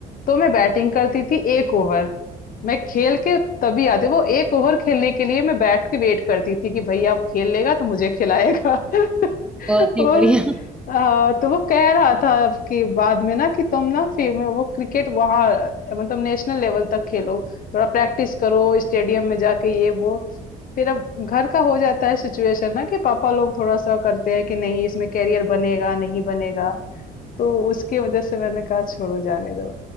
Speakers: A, on the left; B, in the centre.
A: तो मैं बैटिंग करती थी 1 ओवर। मैं खेल के तभी आती वो 1 ओवर खेलने के लिए मैं बैठ के वेट करती थी कि भैया अब खेल लेगा तो मुझे खिलाएगा। <laughs>
B: बहुत ही
A: वो
B: बढ़िया
A: हाँ, तो वो कह रहा था अब कि बाद में ना कि तुम ना फिर में वो क्रिकेट वहाँ मतलब नेशनल लेवल तक खेलो, थोड़ा प्रैक्टिस करो स्टेडियम में जाके ये वो। फिर अब घर का हो जाता है सिचुएशन ना कि पापा लोग थोड़ा सा करते हैं कि नहीं इसमें करियर बनेगा नहीं बनेगा तो उसकी वजह से मैंने कहा छोड़ो जाने दो